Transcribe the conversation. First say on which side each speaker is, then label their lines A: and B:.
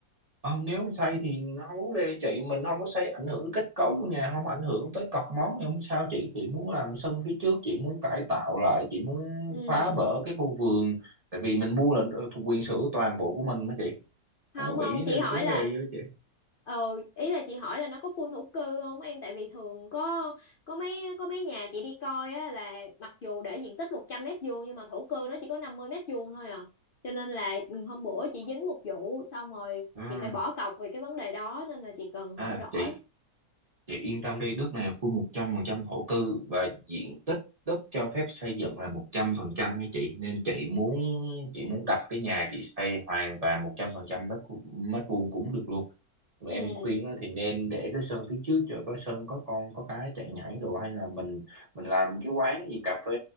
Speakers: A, on the right (about 30°); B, on the left (about 85°).
A: Không, nếu mà xây thì nó không vấn đề chị mình không có xây ảnh hưởng đến kết cấu của nhà không ảnh hưởng tới cọc móng thì không sao chị chị muốn làm sân phía trước chị muốn cải tạo lại chị muốn
B: Ừ.
A: phá bỡ cái khu vườn tại vì mình mua là thuộc quyền sở hữu toàn bộ của mình mà chị
B: không
A: không có
B: không
A: bị
B: chị hỏi
A: vấn
B: là
A: đề gì đó chị
B: ờ ý là chị hỏi là nó có phun thổ cư không em tại vì thường có có mấy có mấy nhà chị đi coi á là mặc dù để diện tích 100 mét vuông nhưng mà thổ cư nó chỉ có 50 mét vuông thôi à cho nên là hôm bữa chị dính một vụ xong rồi
A: à,
B: chị phải bỏ cọc về cái vấn đề đó nên là chị cần hỏi
A: à
B: rõ
A: chị Chị yên tâm đi, đất này full 100% thổ cư và diện tích đất cho phép xây dựng là 100% như chị nên chị muốn chị muốn đặt cái nhà chị xây hoàn toàn 100% đất cu- mét vuông cũng được luôn. Mà
B: ừ
A: Em khuyên á thì nên để cái sân phía trước cho có sân có con có cái chạy nhảy đồ hay là mình mình làm cái quán gì cà phê